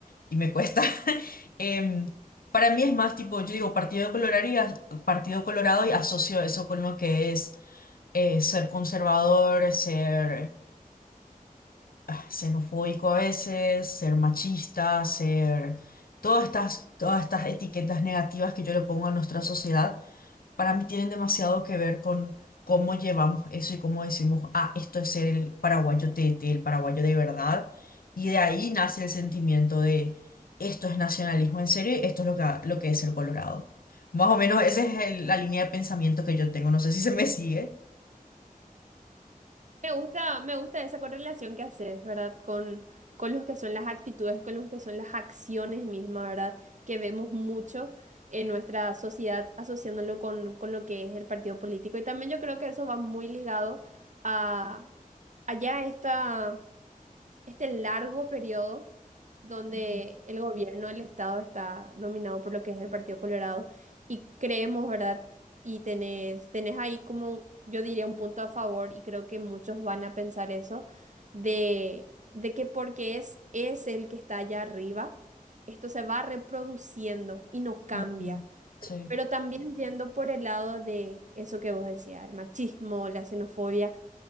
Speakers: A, on the left; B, on the right.
A: y me cuesta. <laughs> Em, para mí es más tipo, yo digo Partido Colorado y, as- Partido Colorado y asocio eso con lo que es eh, ser conservador, ser ah, xenofóbico a veces, ser machista, ser... Todas estas, todas estas etiquetas negativas que yo le pongo a nuestra sociedad para mí tienen demasiado que ver con cómo llevamos eso y cómo decimos, ah, esto es ser el paraguayo tete, el paraguayo de verdad. Y de ahí nace el sentimiento de, esto es nacionalismo en serio y esto es lo que, lo que es ser colorado. Más o menos esa es el- la línea de pensamiento que yo tengo. No sé si se me sigue.
B: Me gusta, me gusta esa correlación que haces, ¿verdad? Con, con los que son las actitudes, con los que son las acciones mismas, ¿verdad? Que vemos mucho en nuestra sociedad asociándolo con, con lo que es el partido político. Y también yo creo que eso va muy ligado a, allá esta este largo periodo donde
A: Ujú.
B: el gobierno el Estado está dominado por lo que es el Partido Colorado y creemos, ¿verdad? Y tenés, tenés ahí como, yo diría, un punto a favor y creo que muchos van a pensar eso, de, de que porque es, es el que está allá arriba, esto se va reproduciendo y no cambia.
A: Ujú, Sí.
B: Pero también yendo por el lado de eso que vos decías, el machismo, la xenofobia